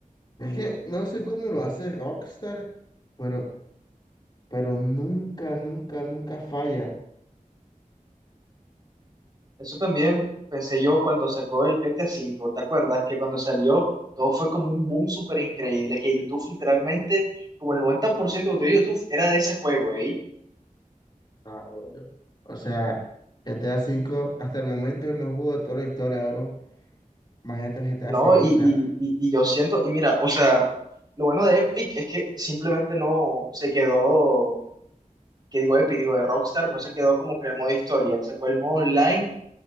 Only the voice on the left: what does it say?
es que no sé cómo lo hace Rockstar, pero, pero nunca, nunca, nunca falla.
Nah, brother. O sea, GTA cinco hasta el momento es el mejor juego de toda la historia, bro. Imagínate el GTA
6,
o sea,